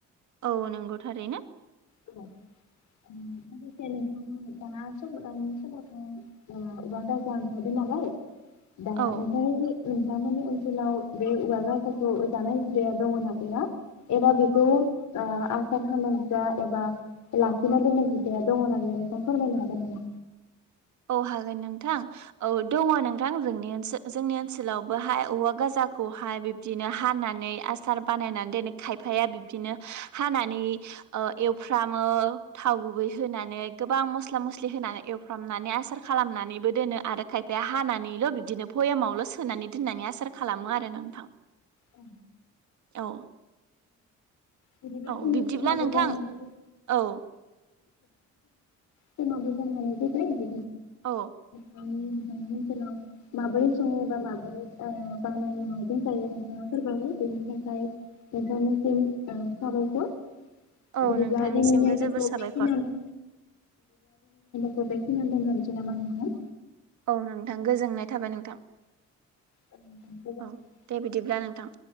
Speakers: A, on the right (about 70°); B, on the left (about 70°).
A: औ नंगौथारैनो
B: उ उ दा समाव दानि समावथ औव गार जानो थादो नालाय दा
A: औ
B: मोनथ नोंथांमोननि ओनसोलाव बे औवजों जानाय हुदाया दङ ना गैया एबा बेखौ ओ आं समामाज एबा लाखिना दोननाय बिदाया दङनाा गैया नोंथां फोरमायनो हागोन नामा
A: औ हागोन नोंथां औ दङ नोंथां जोंनि जोंनि ओनसोलावबो हाय औवा गाजा फुजाखौहाय बिब्दिनो हानानै आसार बानायनानै दोनै खायफाया बिब्दिनो हानानै ओ एवफ्रामो थाव गुबै होनानै गोबां मस्ला - मस्लि होनानै एवफ्रामो माने आसार खालामनानैबो दोनो आरो खायफाया हानानैल' बिदिनो भयामावल' सोनानै दोननानै आसार खालामो खालामो आरो नोंथां।
B: औ
A: औ
B: बिदिब्ला
A: औ
B: खुनु
A: बिब्दिब्ला
B: समाबो
A: नोंथां
B: जानानै
A: औ
B: खमाबो जानानैखौ जाय बि
A: औ
B: उ न सोनाव माबोरै एबा सङो बा माबोरै बानायो मादों जायो नोंथाङा फोरमायबाय बेनि थाखाय नोंथांनिसिम साबायखर।
A: औ
B: बिदिब्ला
A: नोंथांनिसिमबो
B: दिनिनि आयदाखौ
A: जोबोर साबायखर
B: बेखिनियावनो <unintelligible> ग बेखिनो दोनथ'निसै नामा नोंथां
A: औ नोंथां गोजोननाय थाबाय नोंथां।
B: औ नोंथां, गोजोनथों।
A: औ दे बिदिब्ला नोंथां।